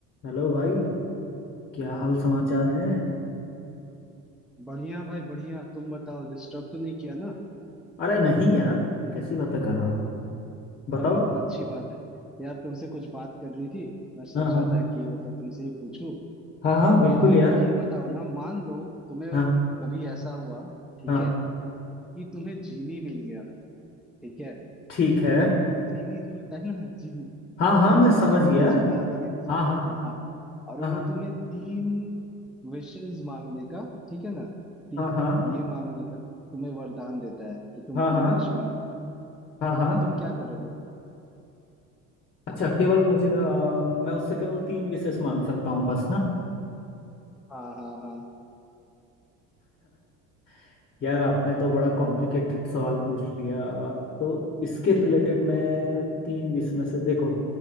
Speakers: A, on the left; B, in the centre.
A: Hello भाई क्या हाल समाचार हैं
B: बढ़िया भाई बढ़िया तुम बताओ डिस्टर्ब तो नहीं किया ना
A: अरे नहीं यार कैसी बातें कर रहे हो बताओ
B: चलो तो अच्छी बात है यार तुमसे कुछ बात करनी थी मैं सोच
A: हाँ हाँ
B: रहा था कि मतलब तुमसे ही पूछूं
A: हाँ हाँ बिल्कुल
B: आ,
A: यार
B: ये बताओ ना मान लो तुम्हें
A: हाँ
B: कभी ऐसा हुआ ठीक
A: हाँ
B: है कि तुम्हें जीनी मिल गया ठीक है
A: ठीक है
B: जीनी जो होता है ना जीनी
A: हाँ हाँ
B: जो
A: मैं
B: हम
A: समझ
B: अलादीन
A: गया
B: के चिराग और इन सब
A: हाँ हाँ
B: करते हैं हाँ और
A: हाँ
B: वो तुम्हें तीन विशेष मांगने का ठीक है ना तीन
A: हाँ हाँ
B: ये मांगने का तुम्हें वरदान देता है कि तुम
A: हाँ
B: तीन
A: हाँ
B: विश मांग सकते
A: हाँ हाँ
B: हो।
A: हाँ।
B: तब तुम क्या करोगे
A: अच्छा केवल मुझे अ, मैं उससे केवल तीन विशेष मांग सकता हूँ बस ना
B: हाँ हाँ हाँ
A: <laughs> यार आपने तो बड़ा कॉम्प्लिकेटेड सवाल पूछ लिया तो इसके रिलेटेड मैं तीन विश में से देखो